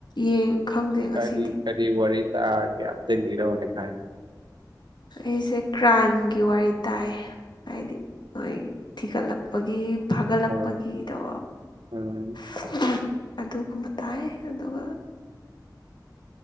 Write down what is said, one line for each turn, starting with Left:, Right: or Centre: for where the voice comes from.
Left: ꯌꯦꯡ ꯈꯪꯗꯦ ꯉꯁꯤꯗꯤ
Right: <unintelligible> ꯀꯔꯤ ꯋꯥꯔꯤ ꯇꯥꯒꯦ ꯑꯝꯇ ꯂꯤꯔꯑꫭꯅꯦ <unintelligible>
Left: ꯑꯩꯁꯦ ꯀ꯭ꯔꯥꯏꯝꯒꯤ ꯋꯥꯔꯤ ꯇꯥꯏ ꯍꯥꯏꯗꯤ ꯃꯣꯏ ꯊꯤꯒꯠꯂꯛꯄꯒꯤ ꯐꯥꯒꯠꯂꯛꯄꯒꯤꯗꯣ
Right: ꯑ ꯎꯝ
Left: <unintelligible> ꯑꯗꯨꯒꯨꯝꯕ ꯇꯥꯏ ꯑꯗꯨꯒ